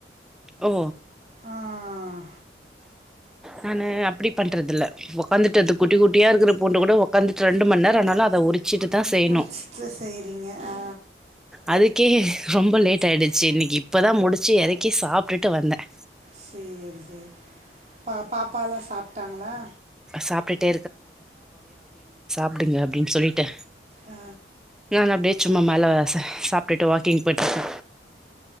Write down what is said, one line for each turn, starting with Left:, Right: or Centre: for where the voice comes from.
Centre: ஓ
Right: ஆஹ்
Centre: நானு அப்டி பண்றதுல உட்காந்துட்டு அது குட்டி குட்டியா இருக்கிற பூண்ட கூட ஒக்காந்துட்டு ரெண்டு மண் நேரம் ஆனாலும் அத உரி ரிச்சிட்டு தான் செய்யணும்
Right: பிடிச்சிட்டு செய்கிறீங்க ஆ
Centre: அதுக்கே ரொம்ப லேட் ஆயிடுச்சு இன்னிக்கி இப்பதான் முடிச்சு இறக்கி சாப்ட்டுட்டு வந்தேன்
Right: சரி சரி பா பாப்பால்லாம் சாப்டாங்களா
Centre: சாப்ட்டுட்டே அப்டிங்க அப்டின்னு சொல்லிட்டு
Right: ஆ
Centre: நான் அப்டியே சும்மா மேல சாப்ட்டுட்டு வாக்கிங் போயிட்டுருக்க